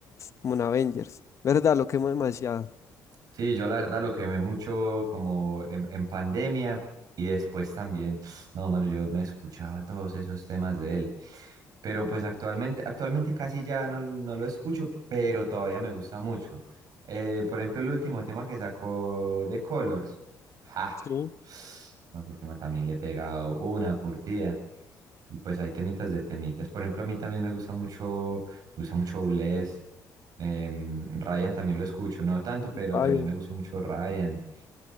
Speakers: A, on the left; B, on the right.
A: como en Avengers. ¿Verdad? Lo quemo demasiado.
B: Sí, yo la verdad lo quemé mucho como en, en pandemia y después también, <sniffs> no, mano, yo me escuchaba todos esos temas de él, pero pues actualmente, actualmente casi ya no, no lo escucho, pero todavía me gusta mucho. Eh, por ejemplo, el último tema que sacó de Colors, ja,
A: Sí,
B: <sniffs> no, ese tema también le he pegado una curtida. Y pues hay temitas de temitas. Por ejemplo, a mí también me gusta mucho, me gusta mucho Bless, Em, Ryan también lo escucho, no tanto, pero
A: Eh, Biden.
B: también me gusta mucho Ryan.